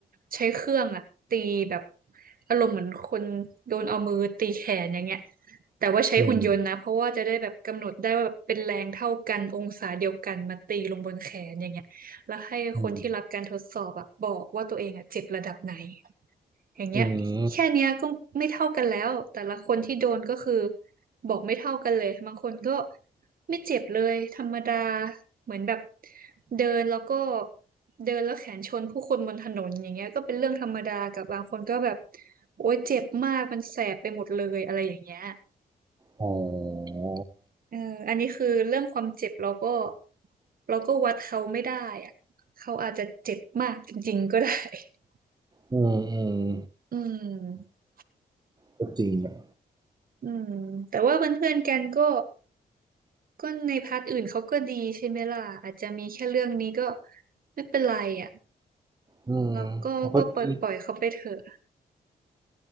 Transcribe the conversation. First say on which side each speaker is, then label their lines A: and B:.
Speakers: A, on the right; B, on the right.
A: ใช้เครื่องอ่ะตีแบบอารมณ์เหมือนคนโดนเอามือตีแขนอย่างเงี้ยแต่ว่าใช้หุ่นยนต์นะเพราะว่าจะได้แบบกำหนดได้ว่าแบบเป็นแรงเท่ากันองศาเดียวกันมาตีลงบนแขนอย่างเงี้ยแล้วให้คนที่รับการทดสอบอ่ะบอกว่าตัวเองอ่ะเจ็บระดับไหน
B: อืมอืม
A: อย่างเงี้ยแค่เนี้ยก็ไม่เท่ากันแล้วแต่ละคนที่โดนก็คือ
B: อืม
A: บอกไม่เท่ากันเลยบางคนก็ไม่เจ็บเลยธรรมดาเหมือนแบบเดินแล้วก็เดินแล้วแขนชนผู้คนบนถนนอย่างเงี้ยก็เป็นเรื่องธรรมดากับบางคนก็แบบโอ๊ยเจ็บมากมันแสบไปหมดเลยอะไรอย่างเงี้ย
B: อ๋อ
A: เอออันนี้คือเรื่องความเจ็บเราก็เราก็วัดเขาไม่ได้อะเขาอาจจะเจ็บมากจริงๆก็ได้ <laughs>
B: อืมอืม
A: อืม
B: ก็จริงอ่ะ
A: อืมแต่ว่าเพื่อนๆกันก็ ก็ในพาร์ทอื่นเขาก็ดีใช่ไหมล่ะอาจจะมีแค่เรื่องนี้ก็ไม่เป็นไรอ่ะ
B: อืมมันก็ดี
A: เราก็ก็ปล่อยปล่อยเขาไปเถอะ